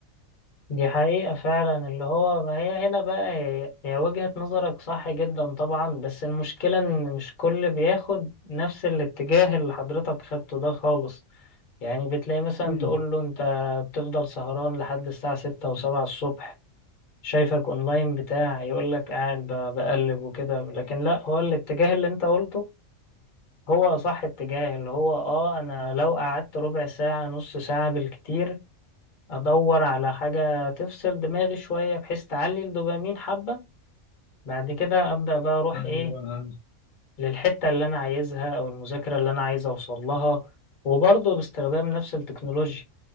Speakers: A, on the left; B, on the left.
A: دي حقيقة فعلا اللي هو ما هي هنا بقى هي هي وجهة نظرك صح جدا طبعا بس المشكلة إن مش كل بياخد نفس الاتجاه اللي حضرتك خدته ده خالص يعني بتلاقي مثلا
B: امم
A: تقول له أنت بتفضل سهران لحد الساعة ستة وسبعة الصبح شايفك أونلاين بتاع يقولك قاعد ب- بقلب وكده لكن لأ هو الاتجاه اللي أنت قلته هو صح اتجاه اللي هو اه انا لو قعدت ربع ساعة نص ساعة بالكتير ادور على حاجة تفصل دماغي شوية بحيث تعلي الدوبامين حبة بعد كده ابدأ بقى اروح
B: أنا-
A: ايه
B: أنا-
A: للحتة اللي انا عايزها او المذاكرة اللي انا عايز اوصل لها وبرضه باستخدام نفس التكنولوجيا